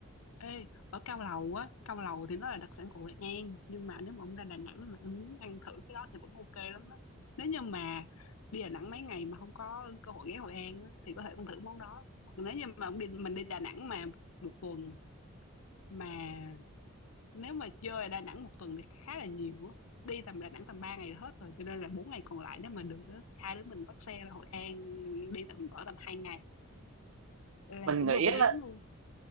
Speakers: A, on the left; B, on the right.
A: ê ở cao lầu á cao lầu thì nó là đặc sản của Hội An nhưng mà nếu mà ông ra Đà Nẵng mà em muốn ăn thử cái đó thì vẫn ok lắm á nếu như mà đi Đà Nẵng mấy ngày mà không có cơ hội ghé Hội An á, thì có thể ăn thử món đó hoặc nếu như mà ông đi mình đi Đà Nẵng mà một tuần mà nếu mà chơi ở Đà Nẵng một tuần thì khá là nhiều á đi tầm Đà Nẵng tầm 3 ngày là hết rồi cho nên là bốn ngày còn lại nếu mà được á thì hai đứa mình bắt xe ra Hội An đi tầm ở tầm hai ngày là
B: mình
A: cũng
B: nghĩ
A: hợp lý
B: á,
A: lắm luôn